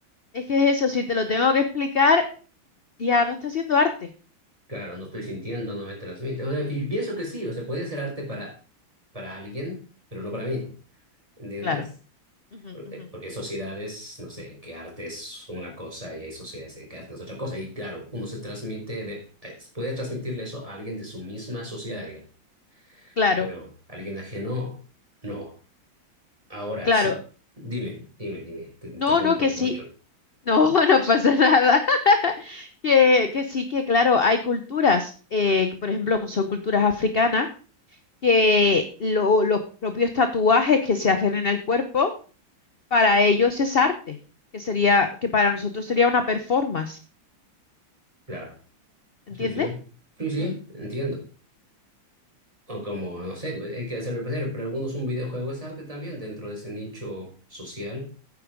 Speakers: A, on the left (about 45°); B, on the right (about 15°).
A: es que es eso. Si te lo tengo que explicar, ya no está haciendo arte.
B: claro, no estoy sintiendo, no me transmite. O sea, y pienso que sí, o sea, puede ser arte para, para alguien, pero no para mí, ¿entiendes?
A: Claro, ujú,
B: Porque,
A: ujú,
B: porque hay sociedades, no sé, en que arte es una cosa y hay sociedades en que arte es otra cosa. Y claro, uno se transmite, de, eh, puede transmitirle eso a alguien de su misma sociedad, digamos,
A: claro,
B: pero a alguien ajeno, no. Ahora,
A: claro.
B: sí, dime, dime, dime, te interrumpo
A: No, no, que
B: mucho.
A: sí. No, <laughs> no pasa nada. <laughs> Que, que sí, que claro, hay culturas, eh, que por ejemplo, son culturas africanas, que lo- los propios tatuajes que se hacen en el cuerpo, para ellos es arte, que sería, que para nosotros sería una performance,
B: Claro,
A: ¿entiendes?
B: sí, sí, sí, sí,
A: Mm,
B: entiendo. O como, no sé, pues, hay que hacerlo placer, pero algunos un videojuego es arte también dentro de ese nicho social.